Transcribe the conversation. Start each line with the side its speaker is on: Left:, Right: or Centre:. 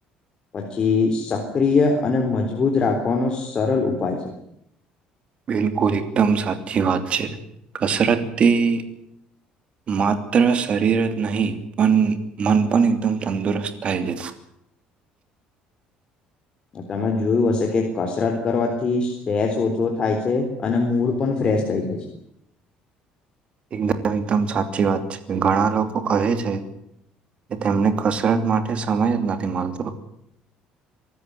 Left: પછી સક્રિય અને મજબૂત રાખવાનો સરળ ઉપાય છે. <inaudible>
Right: બિલકુલ એકદમ સાચી વાત છે, કસરતથી માત્ર શરીર જ નહીં પણ મન પણ એકદમ તંદુરસ્ત થાય છે.
Left: <inaudible> તમે જોયું હશે કે કસરત કરવાથી સ્ટ્રેચ ઓછો થાય છે, અને મૂડ પણ પ્રસ થઈ જાય છે.
Right: એકદમ એકદમ સાચી વાત છે ઘણા લોકો કહે છે. એ તેમને કસરત માટે સમય જ નથી મળતો.